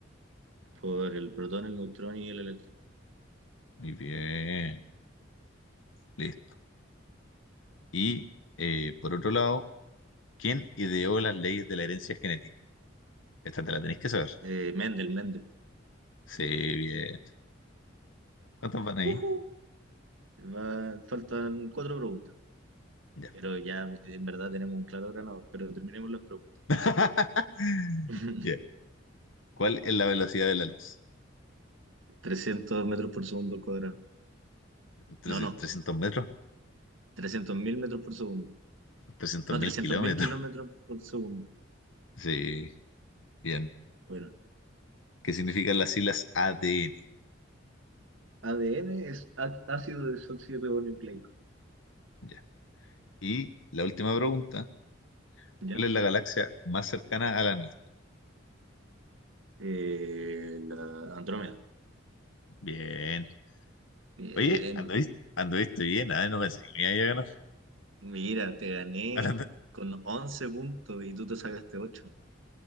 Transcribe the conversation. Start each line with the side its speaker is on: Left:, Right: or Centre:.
Right: Por el protón, el neutrón y el electrón.
Left: Muy bien, listo. Y eh, por otro lado, ¿quién ideó las leyes de la herencia genética? Esta te la tenéis que saber.
Right: Eh, Mendel, Mendel.
Left: Sí, bien. ¿Cuántas van ahí?
Right: Ujú. Va- faltan cuatro preguntas.
Left: Ya.
Right: Pero ya en verdad tenemos un claro ganador. Pero terminemos las preguntas.
Left: <laughs>
Right: <laughs>
Left: Ya. ¿Cuál es la velocidad de la luz?
Right: trescientos metros por segundo al cuadrado.
Left: ¿Trece-
Right: No, no.
Left: ¿300 metros?
Right: trescientos mil metros por segundo.
Left: trescientos
Right: No,
Left: mil
Right: 300.000
Left: kilómetros?
Right: kilómetros
Left: <laughs>
Right: por segundo.
Left: Sí, bien.
Right: Bueno,
Left: ¿Qué significan las siglas ADN?
Right: ADN es á- ácido desoxirribonucleico.
Left: Ya. Y la última pregunta,
Right: ¿ya?
Left: ¿cuál es la galaxia más cercana a la nuestra?
Right: Eh, la Andrómeda.
Left: Bien.
Right: Bien.
Left: Oye, anduviste, anduviste bien, ah, No pensé que me iba a ganar.
Right: Mira, te gané
Left: <laughs> Hablando,
Right: con once puntos y tú te sacaste 8.